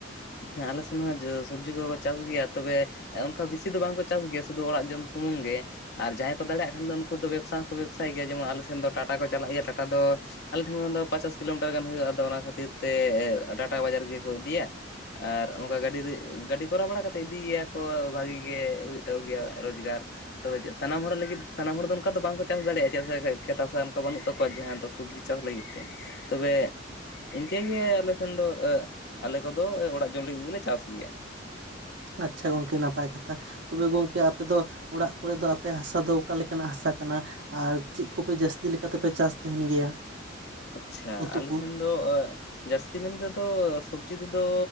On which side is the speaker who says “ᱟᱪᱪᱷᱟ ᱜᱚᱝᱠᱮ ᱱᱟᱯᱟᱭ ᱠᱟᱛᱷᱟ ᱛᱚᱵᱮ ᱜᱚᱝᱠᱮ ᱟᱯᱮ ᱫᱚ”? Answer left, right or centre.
Right